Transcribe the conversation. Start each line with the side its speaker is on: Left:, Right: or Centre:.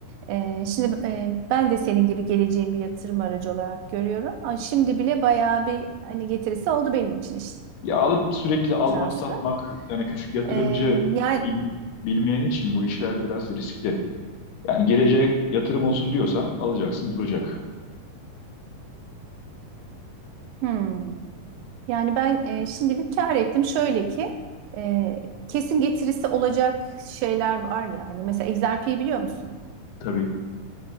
Right: Ee, şimdi e, ben de senin gibi geleceğin bir yatırım aracı olarak görüyorum. Ama şimdi bile bayağı bir hani getirisi oldu benim için işin
Left: Ya alıp sürekli almak
Right: aslı.
Left: satmak yani küçük yatırımcı
Right: Ee, yani
Left: bil- bilmeyen için bu işler biraz riskli. Yani geleceğe yatırım olsun diyorsan alacaksın duracak.
Right: hmm. yani ben e, şimdilik kâr ettim. Şöyle ki e, kesin getirisi olacak şeyler var ya. Hani mesela XRP'yi biliyor musun?
Left: Tabii.